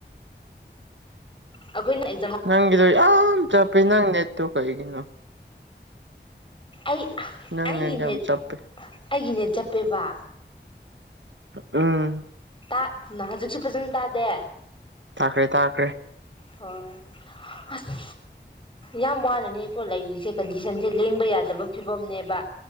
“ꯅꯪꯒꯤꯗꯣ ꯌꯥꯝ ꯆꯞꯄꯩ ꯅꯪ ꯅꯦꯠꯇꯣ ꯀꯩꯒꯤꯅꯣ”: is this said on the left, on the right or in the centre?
Right